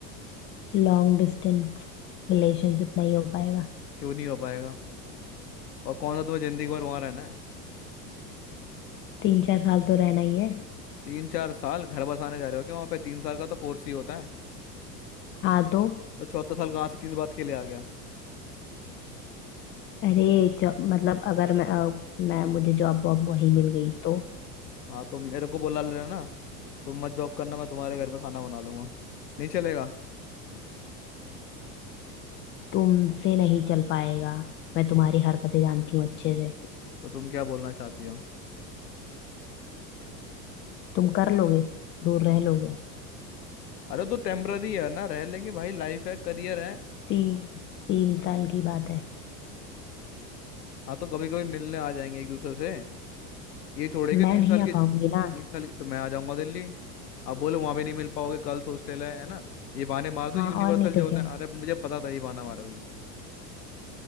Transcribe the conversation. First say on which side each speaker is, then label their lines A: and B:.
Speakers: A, on the left (about 25°); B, on the left (about 80°).
A: लॉन्ग डिस्टेंस रिलेशनशिप नहीं हो पाएगा
B: क्यों नहीं हो पाएगा और कौन सा तुम्हें जिंदगी भर वहाँ रहना है
A: तीन चार साल तो रहना ही है
B: तीन चार साल घर बसाने जा रहे हो क्या वहाँ पे तीन साल का तो कोर्स ही होता है
A: हाँ तो
B: तो चौथा साल कहाँ से किस बात के लिए आ गया
A: अरे जॉब मतलब अगर मैं अ, मैं मुझे जॉब वॉब वही मिल गई तो
B: हाँ तो मेरे को बुला लेना ना तुम मत जॉब करना मैं तुम्हारे घर पे खाना बना लूंगा नहीं चलेगा
A: तुमसे नहीं चल पाएगा मैं तुम्हारी हरकतें जानती हूँ अच्छे से
B: तो तुम क्या बोलना चाहती हो
A: तुम कर लोगे दूर रह लोगे
B: अरे तो टेम्पररी है ना रह लेंगे भाई लाइफ है करियर है
A: तीन तीन साल की बात है
B: हाँ तो कभी कभी मिलने आ जाएंगे एक दूसरे से ये थोड़े
A: मैं
B: के तीन
A: नहीं
B: साल
A: आ
B: के तीन
A: पाऊंगी ना
B: साल के तो मैं आ जाऊंगा दिल्ली आप बोलो वहां भी नहीं मिल पाओगे गर्ल्स हॉस्टल है है ना ये बहाने मार दो
A: हाँ
B: यूनिवर्सल
A: और नहीं तो
B: जो होता
A: क्या
B: है अरे मुझे पता था ये बहाना मारोगी